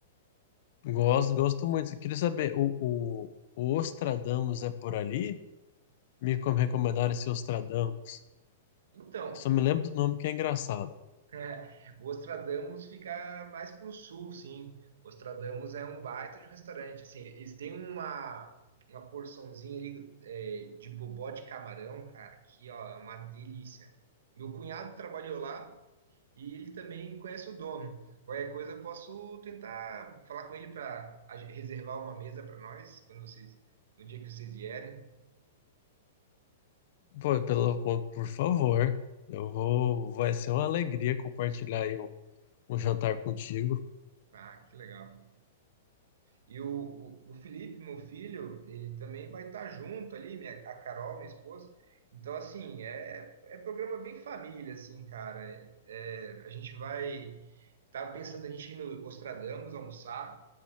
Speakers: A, on the left (about 50°); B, on the right (about 75°).
A: Gosto, gosto muito. Queria saber, o, o, o Ostradamus é por ali? Me com- recomendaram esse Ostradamus.
B: Então,
A: Só me lembro do nome que é engraçado.
B: É, o Ostradamus fica mais para o sul, sim. O Ostradamus é um baita de um restaurante. Assim, eles têm uma, uma porçãozinha ali é, de bobó de camarão, cara, que ó, é uma delícia. Meu cunhado trabalhou lá e ele também conhece o dono. Qualquer coisa eu posso tentar falar com ele para reservar uma mesa para nós quando vocês, no dia que vocês vierem.
A: Pô, pelo, por favor, eu vou, vai ser uma alegria compartilhar aí um, um jantar contigo.
B: Ah, que legal. E o, o, o Felipe, meu filho, ele também vai estar junto ali, minha, a Carol, minha esposa. Então, assim, é, é programa bem família, assim, cara. É, é, a gente vai. tava pensando a gente ir no Ostradamus almoçar,